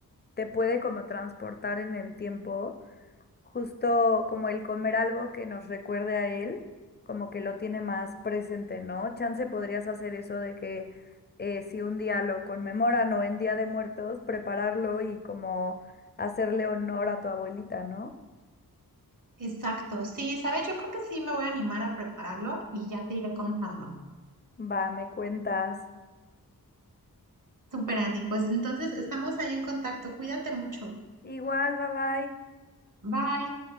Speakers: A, on the left; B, on the right.
A: te puede como transportar en el tiempo. Justo como el comer algo que nos recuerde a él, como que lo tiene más presente, ¿no? Chance podrías hacer eso de que eh, si un día lo conmemoran o en Día de Muertos, prepararlo y como hacerle honor a tu abuelita, ¿no?
B: Exacto, sí, sabes, yo creo que sí me voy a animar a prepararlo y ya te iré contando.
A: Va, me cuentas.
B: Super Andy, pues entonces estamos ahí en contacto, cuídate mucho.
A: Igual, bye bye.
B: Bye.